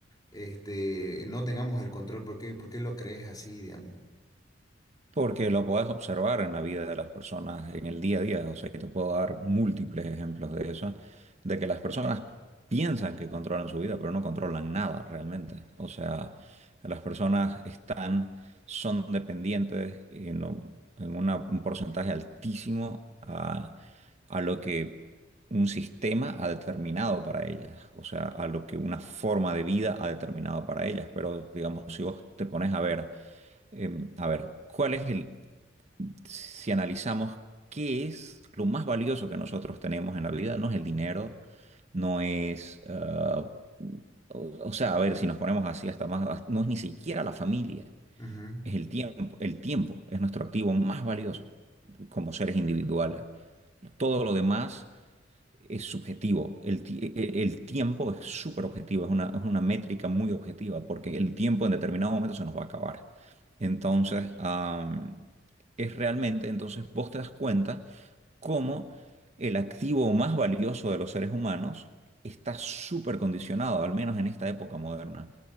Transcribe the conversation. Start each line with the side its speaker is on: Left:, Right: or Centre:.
Left: este, no tengamos el control, ¿por qué, por qué lo crees así, digamos?
Right: Porque lo puedes observar en la vida de las personas, en el día a día. O sea, yo te puedo dar múltiples ejemplos de eso, de que las personas piensan que controlan su vida, pero no controlan nada realmente. O sea, las personas están, son dependientes en, un en una- un porcentaje altísimo a, a lo que un sistema ha determinado para ellas. O sea, a lo que una forma de vida ha determinado para ellas. Pero, digamos, si vos te pones a ver Em, a ver, ¿cuál es el, si analizamos qué es lo más valioso que nosotros tenemos en la vida? No es el dinero, no es, ah, o, o sea, a ver, si nos ponemos así hasta más, no es ni siquiera la familia,
Left: Ujú,
Right: es el tiempo. El tiempo es nuestro activo más valioso como seres individuales. Todo lo demás es subjetivo. El, ti- e- e, el tiempo es súper objetivo, es una, es una métrica muy objetiva, porque el tiempo en determinado momento se nos va a acabar. Entonces, am, es realmente, entonces vos te das cuenta cómo el activo más valioso de los seres humanos está súper condicionado, al menos en esta época moderna,